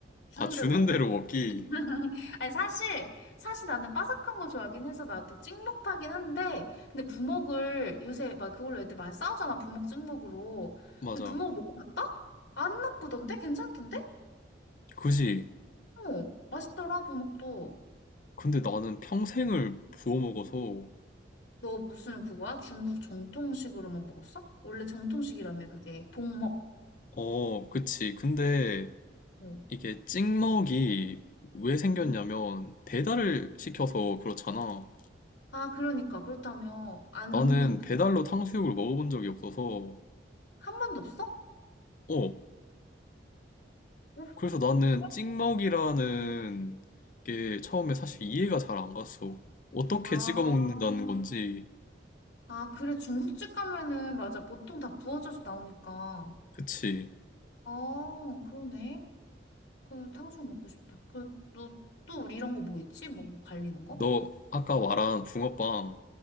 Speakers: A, on the left; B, on the left.
A: 주는
B: 아, 주는
A: 대로 먹는
B: 대로
A: 거.
B: 먹기.
A: <laughs> 아니, 사실, 사실 나는 바삭한 거 좋아하긴 해서 나도 찍먹파긴 한데, 근데 부먹을 요새 막 그걸로 애들 많이 싸우잖아, 부먹 찍먹으로.
B: 맞아.
A: 근데 부먹 먹어봤다? 안 나쁘던데? 괜찮던데?
B: 그지.
A: 어, 맛있더라, 부먹도.
B: 근데 나는 평생을 부어 먹어서
A: 너 무슨 그거야? 중국 정통식으로만 먹었어? 원래 정통식이라며 그게 복먹.
B: 어, 그치. 근데
A: 어.
B: 이게 찍먹이 왜 생겼냐면
A: 응.
B: 배달을 시켜서 그렇잖아.
A: 아 그러니까 그렇다며 안농독회
B: 나는 배달로 탕수육을 먹어본 적이 없어서
A: 한 번도 없어?
B: 어,
A: 오,
B: 그래서 나는
A: 그래?
B: 찍먹이라는 게 처음에 사실 이해가 잘 안 갔어. 어떻게
A: 아,
B: 찍어 먹는다는 건지.
A: 아 그래 중국집 가면은 맞아 보통 다 부어져서 나오니까.
B: 그치.
A: 아 그러네. 그 탕수육 먹고 싶다. 그 너 또 우리 이런 거 뭐 있지? 뭐, 뭐 갈리는 거?
B: 너 아까 말한 붕어빵,